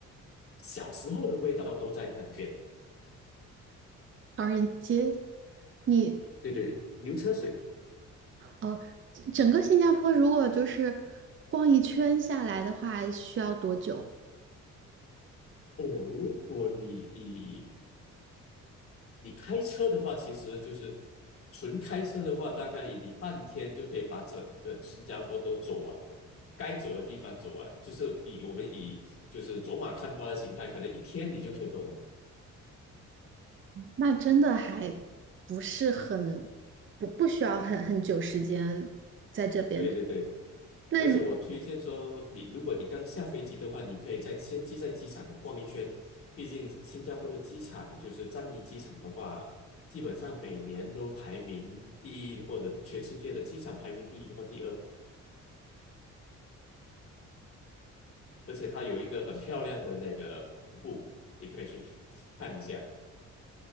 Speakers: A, on the left (about 45°); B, on the right (about 40°).
A: 小时候的味道都在那里边。
B: 唐人街，你
A: 对对，牛车水。
B: 哦，整整个新加坡如果就是逛一圈下来的话，需要多久？
A: 哦，如果你以你开车的话，其实就是纯开车的话，大概你半天就可以把整个新加坡都走完的，该走的地方走完，就是以我们以就是走马看花的形态，可能一天你就可以走完。
B: 那真的还不是很不不需要很很久时间在这边的。
A: 对对对，
B: 那如
A: 而且我推荐说你，如果你刚下飞机的话，你可以在先机在机场逛一圈，毕竟新加坡的机场就是樟宜机场的话，基本上每年都排名第一，或者全世界的机场排名第一或第二。而且它有一个很漂亮的那个瀑布，你可以去看一下